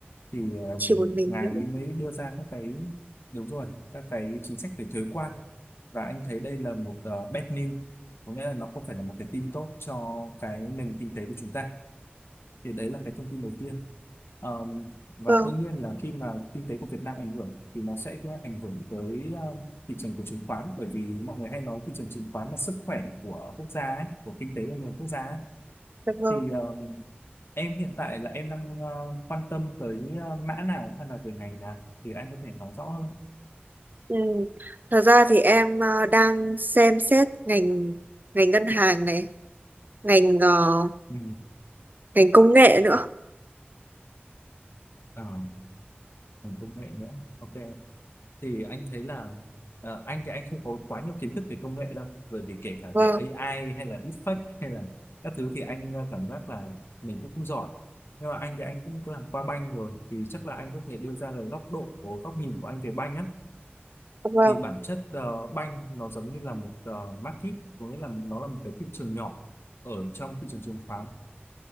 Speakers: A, on the left; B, on the right.
A: thì um,
B: chỉ một mình
A: ngài
B: nữa
A: ấy mới đưa ra các cái đúng rồi các cái chính sách về thuế quan và anh thấy đây là một ờ, bad news có nghĩa là nó không phải là một cái tin tốt cho cái nền kinh tế của chúng ta thì đấy là cái thông tin đầu tiên Ờm, và
B: vâng
A: đương nhiên là khi mà kinh tế của Việt Nam ảnh hưởng thì nó sẽ có ảnh hưởng tới um, thị trường của chứng khoán bởi vì mọi người hay nói thị trường chứng khoán là sức khỏe của quốc gia ấy, của kinh tế của nền quốc gia ấy.
B: Dạ vâng.
A: thì ờ, Em hiện tại là em đang ờ, quan tâm tới ờ, mã nào hay là về ngành nào thì anh có thể nói rõ hơn.
B: Ừ. Thật ra thì em ờ, đang xem xét ngành ngành ngân hàng này, ngành ờ,
A: Ừ.
B: ngành công nghệ nữa.
A: À, còn công nghệ nữa. Ok. Thì anh thấy là ờ, anh thì anh không có quá nhiều kiến thức về công nghệ đâu. Bởi vì kể cả
B: Vâng,
A: về AI hay là deepfake hay là các thứ thì anh ờ, cảm giác là mình cũng không giỏi. Nhưng mà anh thì anh cũng làm qua banh rồi thì chắc là anh có thể đưa ra được góc độ, của góc nhìn của anh về banh á.
B: dạ vâng.
A: thì bản chất ờ, banh nó giống như là một uh, market có nghĩa là nó là một cái thị trường nhỏ ở trong thị trường chứng khoán